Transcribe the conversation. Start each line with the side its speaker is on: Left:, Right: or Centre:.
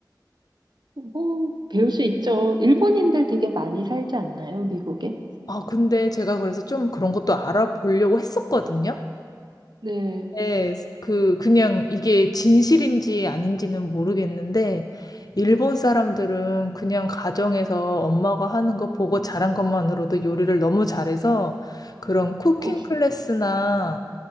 Right: 뭐, 배울 수 있죠. 일본인들 되게 많이 살지 않나요, 미국에?
Left: 아, 근데 제가 그래서 좀 그런 것도 알아보려고 했었거든요.
Right: 네.
Left: 네, 그, 그냥 이게 진실인지 아닌지는 모르겠는데, 일본 사람들은 그냥 가정에서 엄마가 하는 거 보고 자란 것만으로도 요리를 너무 잘해서 그런 쿠킹
Right: 어,
Left: 클래스나